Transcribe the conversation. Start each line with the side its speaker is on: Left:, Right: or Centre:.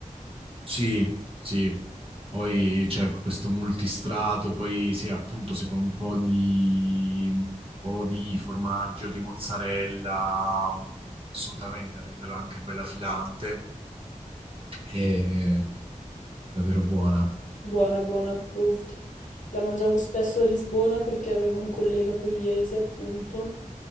Right: Sì, sì. Poi c'è questo multistrato, poi sì, appunto, se con un po' di, o di formaggio, di mozzarella, mm, assolutamente, a renderla anche bella filante. E davvero buona,
Left: Buona, buona, approved. La mangiavo spesso a Lisbona perché avevo un collega pugliese, appunto,